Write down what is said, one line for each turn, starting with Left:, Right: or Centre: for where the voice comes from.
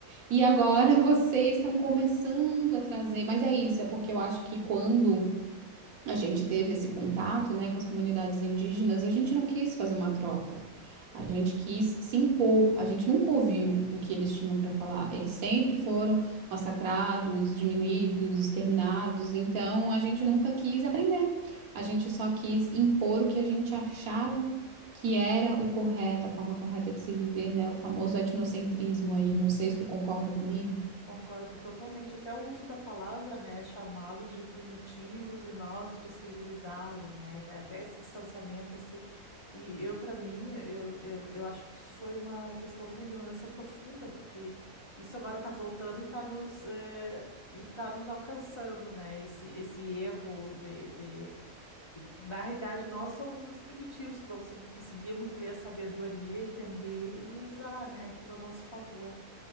Right: e agora <laughs> vocês estão começando a trazer, mas é isso, é porque eu acho que quando a gente teve esse contato, né, com as comunidades indígenas, a gente não quis fazer uma troca. A gente quis se impor, a gente nunca ouviu o que eles tinham para falar. Eles sempre foram massacrados, diminuídos, exterminados, então a gente nunca quis aprender. A gente só quis impor o que a gente achava que era o correto, a forma correta de se viver, né? O famoso etnocentrismo aí. Não sei se tu concorda comigo.
Left: Concordo totalmente. Até o uso da palavra, né, chamá-los de primitivos e nós de civilizados, né, e tá- até esse distanciamento assim. E eu, para mim, eu, eu, eu acho que isso foi uma questão de uma ignorância profunda, porque isso agora está voltando e está nos eh, e tá nos alcançando, né, esse esse erro de de na realidade, nós somos os primitivos que não se- conseguíamos ver a sabedoria, entender e usar, né, aquilo a nosso favor.